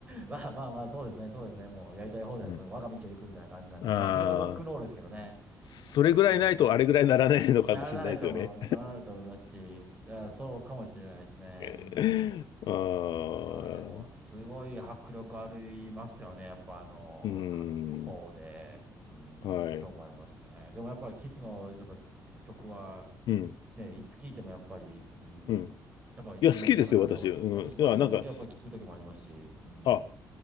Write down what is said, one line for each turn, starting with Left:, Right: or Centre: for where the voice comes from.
Right: まあまあまあ、そうですね。そうですね。もうやりたい放題で、
Left: うん。
Right: もう我が道を行くみたいな感じなんで。
Left: ああ、
Right: まあ、それがロックンロールですけどね。
Left: それぐらいないとあれぐらいならないのかもしれないですよね。
Right: うん。ならないと思います。ならないと思いますし、いやそうかもしれないですね。
Left: <laughs>
Right: うん。
Left: ああ、
Right: ああ、でも、すごい迫力ありますよね。やっぱ、あの、
Left: うん、
Right: 格好で、うん、
Left: はい。
Right: と思いますね。でも、やっぱり、キスの、やっぱ、曲は、
Left: うん、
Right: ね、いつ聴いても、やっぱり、うん、
Left: うん。
Right: やっぱ、いい歌だなと思います。
Left: いや、好きですよ、私。うん。
Right: 私、
Left: いや、
Right: 私も時々、
Left: なんか、
Right: やっぱ、聴く時もありますし、うん。
Left: あ、